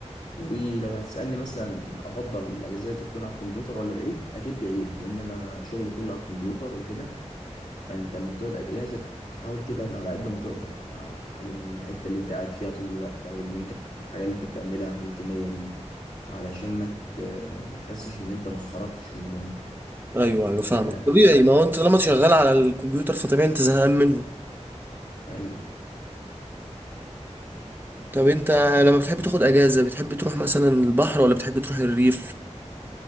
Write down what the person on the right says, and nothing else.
ايوه ايوه فاهمك
طبيعي ما هو انت لما شغال على الكمبيوتر فطبيعي انت زهقان منه
طب انت لما بتحب تاخد اجازة بتحب تروح مثلا البحر ولا بتحب تروح الريف